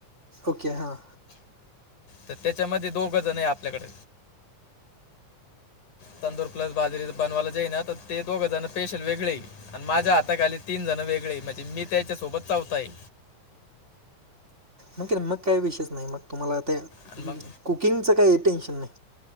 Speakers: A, on the right; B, on the left.
A: ओके हां.
B: तर त्याच्यामध्ये दोघजण आहे आपल्याकडे. तंदुरी प्लस बाजरी बनवायला जे आहे ना ते दोघं जण स्पेशल वेगळे आणि माझ्या हाताखाली तीनजण वेगळे म्हणजे मी त्याच्यासोबत चवथा आहे.
A: मग का मग काही, विषयच नाही मग तुम्हाला आता.
B: आणि मग
A: कुकिंगचं काही, टेन्शन नाही.